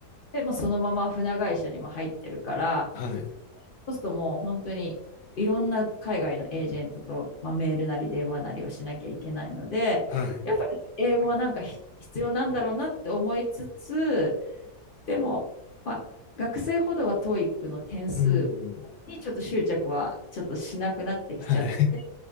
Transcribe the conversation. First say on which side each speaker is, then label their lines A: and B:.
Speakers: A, on the left; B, on the left.
A: でもうそのまま船会社にも入ってるから、
B: はい。
A: そうするともう本当にいろんな海外のエージェントと、まあ、メールなり電話なりをしなきゃいけないので、
B: はい。
A: やっぱり英語はなんか必要なんだろうなって思いつつ、でも、まあ、学生ほどは TOEIC の点数
B: うん。
A: にちょっと執着はちょっとしなくなってきちゃって、
B: はい。<laughs>